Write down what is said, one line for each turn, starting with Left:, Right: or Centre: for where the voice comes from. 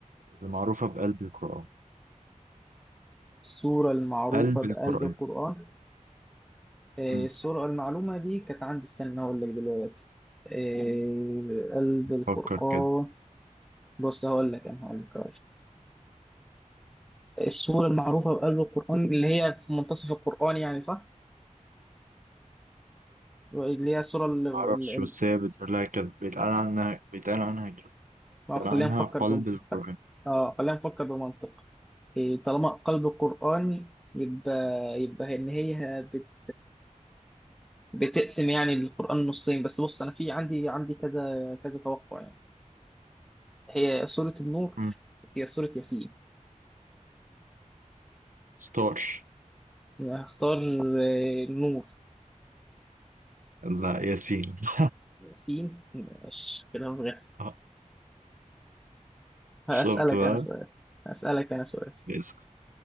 Right: اللي معروفة بقلب القرآن
Centre: السورة المعروفة
Right: قلب
Centre: بقلب
Right: القرآن
Centre: القرآن أه...
Right: مم.
Centre: السورة المعلومة دي كانت عندي استنى هقول لك دلوقتي أه... قلب القرآن
Right: فكر كده
Centre: بص هقول لك انا هقول لك هقول لك. السورة المعروفة بقلب القرآن اللي هي في منتصف القرآن يعني صح؟ اللي هي الصورة ال- ال-
Right: معرفش
Centre: ال-
Right: بس هي بتقول لها كده بيتقال عنها بيتقال عنها كده
Centre: ما
Right: بيتقال
Centre: هو خلينا
Right: عنها
Centre: نفكر
Right: قلب
Centre: بم...
Right: القرآن
Centre: اه خلينا نفكر بمنطق إيه، طالما قلب القرآن يبقى يبقى إن هي بت بتقسم يعني القرآن نصين بس بص أنا في عندي عندي كذا كذا توقع يعني هي سورة النور
Right: مم.
Centre: هي سورة ياسين
Right: ستار
Centre: هختار آه، النور
Right: لا ياسين <laughs>
Centre: ياسين مش كلام غير
Right: آه،
Centre: هسألك
Right: شفت بقى
Centre: أنا سؤال هسألك أنا سؤال
Right: ياسين